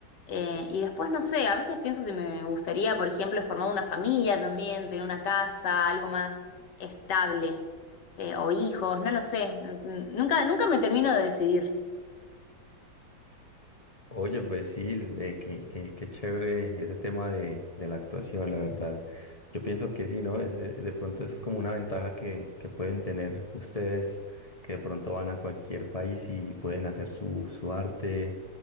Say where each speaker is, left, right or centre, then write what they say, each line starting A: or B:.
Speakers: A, on the left; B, on the left.
A: Eh, y después, no sé, a veces pienso si me gustaría, por ejemplo, formar una familia también, tener una casa, algo más estable, eh, o hijos, no lo sé. N- n- Nunca, nunca me termino de decidir.
B: Oye, pues sí, eh, qué, qué- qué chévere ese tema de, de la actuación, la verdad. Yo pienso que sí, ¿no? Es- es- De, pronto eso es como una ventaja que, que pueden tener ustedes, que de pronto van a cualquier país y pueden hacer su, su arte.